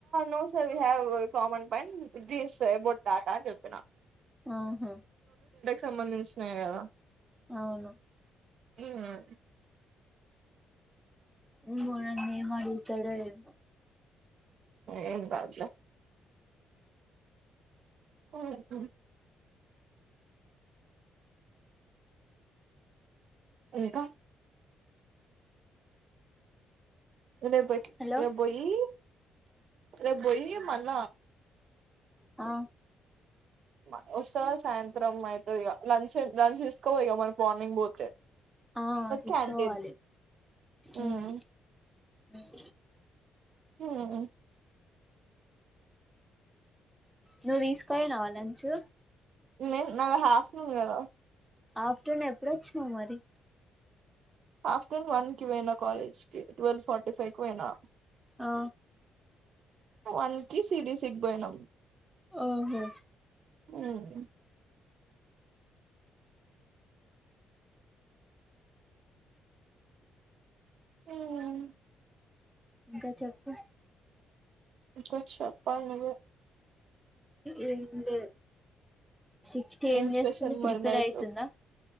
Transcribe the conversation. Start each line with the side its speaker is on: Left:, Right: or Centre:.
Right: no sir we have common point this about data ఆని చెప్పిన
Centre: ఆహా
Right: సంబంధించినయే కదా
Centre: అవును
Right: <unintelligible>
Centre: ఉహుమ్ ఆయన ఏం అడుగుతాడో ఏమో
Right: ఏమ్ బడ్లా ఉహుమ్ ఇంకా రెబ్బోయి
Centre: హలో
Right: రెప్ బోయి రెప్ బోయి మళ్ళ
Centre: ఆ
Right: వాస్తవ సాయంత్రం అయితది ఈగ లంచ్ లంచ్ తీసుకపో ఇక మరి మార్నింగ్ పోతే
Centre: ఆ తీసుకోవాలి
Right: క్యాంటీన్ హ్మ్
Centre: ఉమ్ అమ్
Right: ఆ హుమ్
Centre: నువ్వు తీసుకుపోయినవా లంచు
Right: నే నా ఆఫ్టర్నూన్ కదా
Centre: ఆఫటర్నూన్ ఎప్పుడూ వచ్చినవ్ మరి
Right: ఆఫ్టర్న్ వన్ కి పోయినా కాలేజ్ కి ట్వల్వ్ ఫార్టీ ఫైవ్ కి పోయినా
Centre: ఆ
Right: వన్ కి సిబిసికి పోయినాం
Centre: ఓహో
Right: ఉమ్. ఆమ్
Centre: ఇంకా చెప్పు
Right: నువ్వే చేప్పాలి నువ్వే
Centre: ఎం లేదు చిట్టి
Right: ఏం
Centre: ఎం చేస్తుంది
Right: స్పెషల్
Centre: ప్రిపర్
Right: మరి నైట్
Centre: అవుతుందా